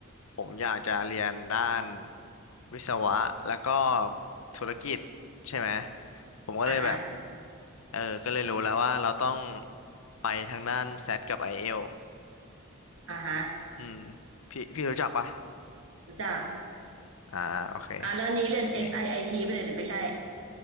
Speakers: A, on the left; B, on the right.
A: ผมอยากจะเรียนด้านวิศวะแล้วก็ธุรกิจใช่ไหมผมก็เลยแบบ
B: อ่ะฮะ
A: เออก็เลยรู้แล้วว่าเราต้องไปทางด้านแซดกับไอเอล
B: อ่ะฮะ
A: อืมพี่พี่รู้จักปะ
B: รู้จัก
A: อ่าโอเค
B: อ่ะแล้วนี้เรียน SIIT
A: นี่
B: ไอไอทีไปไหนหรือไม่ใช่